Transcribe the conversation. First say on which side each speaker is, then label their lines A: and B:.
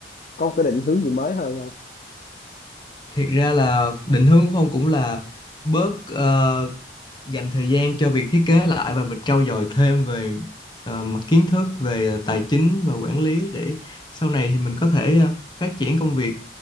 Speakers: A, on the left; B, on the left.
A: có một cái định hướng gì mới hơn không
B: thiệt ra là định hướng của Phong cũng là bớt ờ, dành thời gian cho việc thiết kế lại và mình trau dồi thêm về ờ, mặt kiến thức về ờ, tài chính và quản lý để sau này thì mình có thể ờ, phát triển công việc